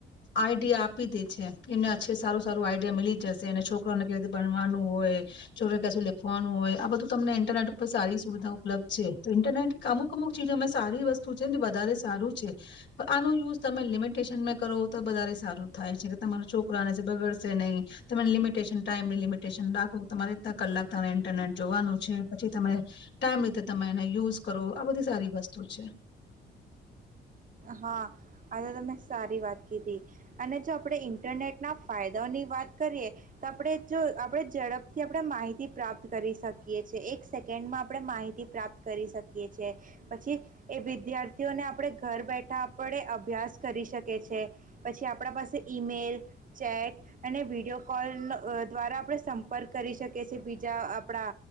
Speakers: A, on the left (about 65°); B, on the right (about 40°).
A: આઈડિયા આપી દે છે એમને એછે સારું સારું આઈડિયા મી જશે અને છોકરાને કવી ભણવાનું હોય છોકરે કશું લેખવાનું હોય આ બધું તમને ઇન્ટરનેટ ઉપર સારી સુવિધા ઉપલબ્ધ છે. તો ઇન્ટરનેટ અમુક અમુક ચીજ અમે સારી વસ્તુ છે ને વધારે સારું છે આનો યુઝ તમે લિમિટેશનમાં કરો તો વધારે સારું થાય છે કે તમારો છોકરાને બગડશે નહી તને લિમિટેશન ટાઈમની લિમિટેશન રાખો તમારે એલા કલાક તમારે ઇન્ટરનેટ જોવાનું છે પછી તમે ટાઈમ રીતે તમે એને યુઝ કરો આ બધી સારી વસ્તુ છે.
B: હા, આ તો તમે સારી વાત કીધી અને જો આપડે ઇન્ટરનેટના ફાયદાઓની વાત કરીએ તો આપડે જો આપડે ઝડપથી આપડે માહિતી પ્રાપ્ત કરી શકીએ છે એક સેકન્ડમાં આપડે માહિતી પ્રાપ્ત કરી શક કીએ છે પછી એ વિધિયાર તેઓને આપડે ઘર બેઠા આપડે અભ્યાસ કરી શકીએ છે. પછી આપડા પાસે ઇમેલ ચેટ અને વિડીયો કોલનો અહ દ્વારા આપડે સંપર્ક કરી શકીએ છીએ બીજા આપડા